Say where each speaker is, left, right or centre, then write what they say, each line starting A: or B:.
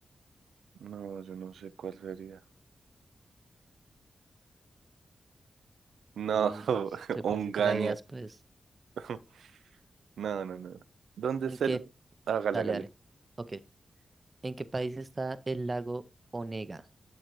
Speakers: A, on the right (about 90°); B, on the right (about 35°).
A: No, yo no sé cuál sería. No,
B: Uy,
A: <laughs>
B: yo
A: Onganía.
B: pensé que la habías, pues.
A: <laughs> No, no, no. ¿Dónde
B: ¿En
A: es
B: qué?
A: el...? Hágale,
B: Dale,
A: hágale.
B: dale. Ok. ¿En qué país está el lago Onega?